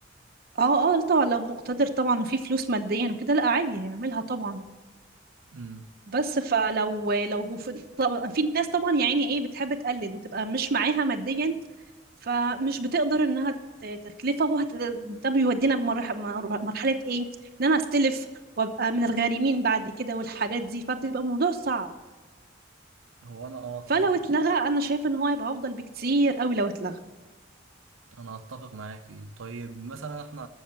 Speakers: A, on the right (about 50°); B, on the right (about 85°).
A: اه اه طبعا لو مقتدر طبعا وفي فلوس ماديا وكده لا عادي هيعملها طبعا
B: امم
A: بس فلو لو هو في طبعا في ناس طبعا يا عيني ايه بتحب تقلد وتبقى مش معاها ماديا فمش بتقدر انها ت- تتلفه هو هت... ده بيودينا بمرحله مرحله ايه ان انا استلف وابقى من الغارمين بعد كده والحاجات دي فبتبقى موضوع صعب
B: هو انا اه اتفق
A: فلو اتلغى انا شايفه ان هو هيبقى افضل بكتير قوي لو اتلغى
B: انا اتفق معاكي طيب مثلا احنا